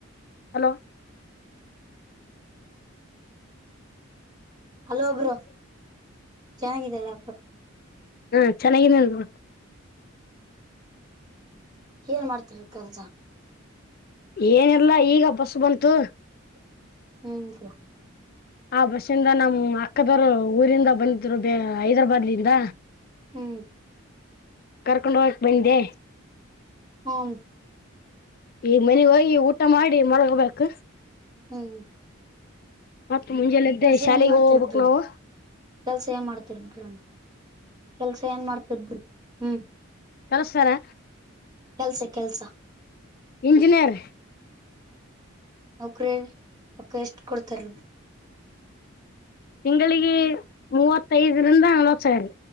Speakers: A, on the left; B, on the right.
A: ಹಲೋ
B: ಅಲೋ ಬ್ರೋ ಚೆನ್ನಾಗಿದಲ್ಲ ಬ್ರೋ
A: ಹೂ ಚೆನ್ನಾಗಿದ್ದೀನಿ ಬ್ರೋ
B: ಏನ್ ಮಾಡ್ತರಿ ಕೆಲ್ಸಾ
A: ಏನಿಲ್ಲ ಈಗ ಬಸ್ ಬಂತು
B: ಹ್ಮ್
A: ಆ ಬಸ್ಸಿಂದ ನಮ್ಮ್ ಅಕ್ಕದವರು ಊರಿಂದ ಬಂದಿದ್ರು ಬ ಹೈದ್ರಾಬಾದ್ಲಿಂದ
B: ಹ್ಮ್
A: ಕರ್ಕೊಂಡ್ ಹೋಗಕ್ ಬಂದೆ
B: ಹ್ಮ
A: ಈಗ ಮನೆಗ್ ಹೋಗಿ ಊಟ ಮಾಡಿ ಮಳಗೋಬೇಕು
B: ಹ್ಮ್
A: ಮತ್ ಮುಂಜೆಲ್ಲ ಎದ್ದೆ
B: ಕೆಲ್ಸ
A: ಶಾಲೆಗೆ
B: ಏನ್ ಮಾಡ್ತಿರ್ಬ್ರಿ
A: ಹೋಗ್ಬೇಕ್ ನಾವು
B: ಕೆಲ್ಸ ಏನ್ ಮಾಡ್ತಿರ್ಬ್ರಿ ಕೆಲ್ಸ ಏನ್ ಮಾಡ್ತಿರ್ಬ್ರಿ ಹ್ಮ್
A: ಕಳ್ತಾರೆ
B: ಕೆಲ್ಸ ಕೆಲ್ಸ
A: ಇಂಜಿನಿಯರ್
B: ನೌಕ್ರ ಪಕ್ಕ ಎಷ್ಟ ಕೊಡ್ತಾರ
A: ತಿಂಗಳಿಗೆ ಮೂವತ್ತೈದರಿಂದ ನಲೋತ್ಸಾಯಿ